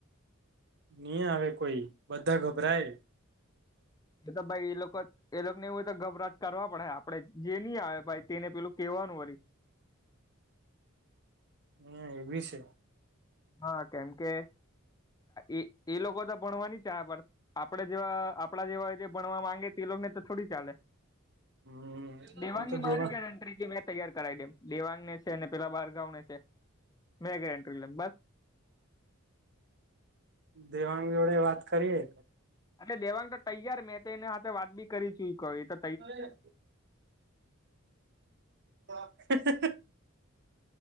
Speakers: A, on the right; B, on the left.
A: નહીં આવે કોઈ બધા ગભરાય.
B: એ તો ભાઈ એ લોકો એ લોકો ને એવું હોય તો ગભરાટ કરવા પડે આપડે જે નહી આવે ભાઈ તેને પેલું કેવાનું વારી.
A: હમ્મ એવી છે.
B: હા કેમ કે એ એ લોકો તો ભણવાની ચા પડ આપડે જેવા આપડા જેવા હોય ભણવા માંગે તે એ લોકો ને તો થોડી ચાલે.
A: હમ્મ
B: દેવાની
A: એમ તો
B: મારી
A: દેવા
B: ગેરંટી મેં તૈયાર કરાવ દેમ દેવાંગને છે અનેને પેલા બારગાં ને છે મેં ગેરેન્ટ્રી લેમ બસ.
A: દેવાંગ જોડે વાત કરીએ.
B: આ તે દેવાંગ તો તૈયાર મેં તો એને સાથે વાત બી કરી ચૂકી એતો
A: <unintelligible> હા હા હે.